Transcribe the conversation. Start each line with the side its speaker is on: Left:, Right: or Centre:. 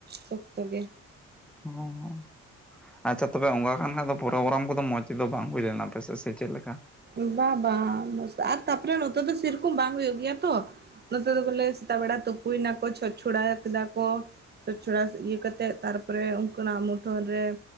Right: ᱥᱚᱠᱛᱚ ᱜᱮ
Centre: ᱦᱩᱸᱦᱩᱸ ᱟᱪᱪᱷᱟ ᱛᱚᱵᱮ ᱚᱱᱠᱟ ᱠᱟᱱ ᱠᱷᱟᱱ ᱫᱚ ᱯᱨᱳᱜᱨᱟᱢ ᱠᱚᱫᱚ ᱢᱚᱡᱽ ᱛᱮᱫᱚ ᱵᱟᱝ ᱦᱩᱭ ᱞᱮᱱᱟ ᱯᱮᱥᱮ ᱥᱮ ᱪᱮᱫ ᱞᱮᱠᱟ
Right: ᱵᱟᱝ ᱵᱟᱝ <inaudible> ᱟᱨ ᱛᱟᱯᱚᱨᱮ ᱱᱚᱛᱮ ᱫᱚ ᱥᱮᱨᱚᱠᱚᱢ ᱵᱟᱝ ᱦᱩᱭᱩᱜ ᱜᱮᱭᱟ ᱛᱚ ᱱᱚᱛᱮ ᱫᱚ ᱵᱚᱞᱮ ᱥᱮᱛᱟᱜ ᱵᱮᱲᱟ ᱛᱩᱯᱩᱭᱱᱟ ᱠᱚ ᱪᱷᱚᱪ ᱪᱷᱚᱲᱟ ᱠᱮᱫᱟ ᱠᱚ ᱪᱷᱚᱪ ᱪᱷᱚᱲᱟ ᱤᱭᱟᱹ ᱠᱟ ᱠᱟᱛᱮᱫ ᱛᱟᱨᱯᱚᱨᱮ ᱩᱱᱠᱤᱱᱟᱜ ᱢᱩᱴᱷᱟᱹᱱ ᱨᱮ